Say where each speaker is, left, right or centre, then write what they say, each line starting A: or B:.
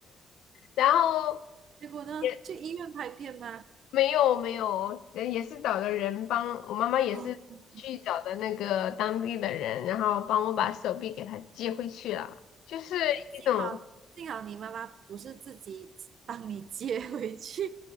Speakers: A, on the left; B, on the right.
A: 然后
B: 结果呢？
A: 也
B: 去医院拍片吗？
A: 没有没有，也也是找的人帮我妈妈也是去找的那个当地的人，
B: 哦，
A: 然后帮我把手臂给她接回去了，就是一种。
B: 幸好幸好你妈妈不是自己帮你接回去，